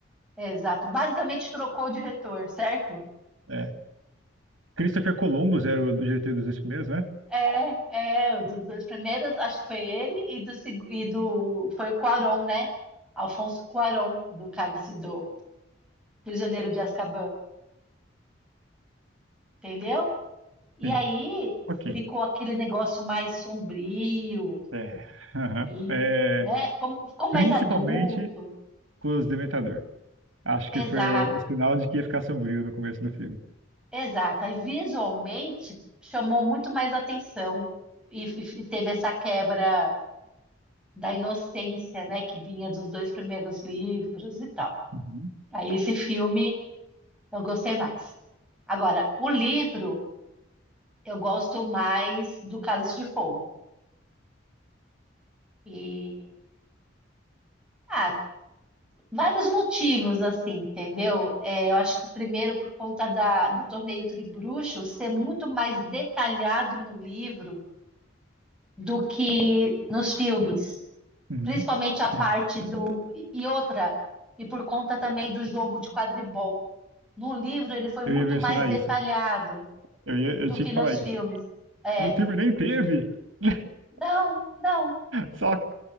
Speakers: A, in the centre; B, on the right.
A: exato, basicamente trocou o diretor, certo?
B: É. Christopher Columbus era o diretor dos dois primeiros, né?
A: É, é, o dos dois primeiros, acho que foi ele e do, seg- e do foi o Cuarón, né? Alfonso Cuarón, do Cálice do Prisioneiro de Azkaban, entendeu? E
B: Sim.
A: aí
B: Ok.
A: ficou aquele negócio mais sombrio
B: É. aham.
A: e,
B: É,
A: né, ficou, ficou mais
B: principalmente
A: adulto.
B: com os Dementador. Acho
A: Exato,
B: que foi o, o sinal de que ia ficar sombrio no começo do filme.
A: exato. Aí visualmente chamou muito mais atenção e, f- e teve essa quebra da inocência, né, que vinha dos dois primeiros livros e tal.
B: Uhum.
A: Aí esse filme Eu gostei mais. Agora, o livro, eu gosto mais do Cálice de Fogo. E, ah, vários motivos, assim, entendeu? É, eu acho que primeiro por conta da, do Torneio Tribruxo ser muito mais detalhado no livro do que nos filmes.
B: Uhum.
A: Principalmente a parte
B: Sim.
A: do... E outra, e por conta também do jogo de quadribol. No livro ele foi muito
B: Eu ia mencionar
A: mais detalhado
B: isso. Eu ia,
A: do
B: eu tinha
A: que
B: que
A: nos
B: falar
A: filmes.
B: isso.
A: É,
B: No filme nem teve. <laughs>
A: não, não.
B: Só